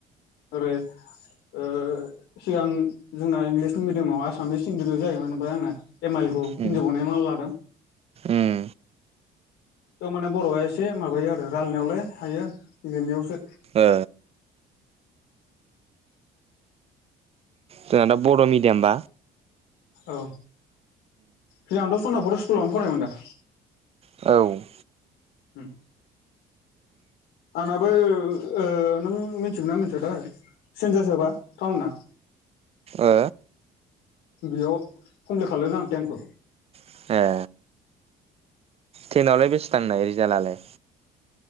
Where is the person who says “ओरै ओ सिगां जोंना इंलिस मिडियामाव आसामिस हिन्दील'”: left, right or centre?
Left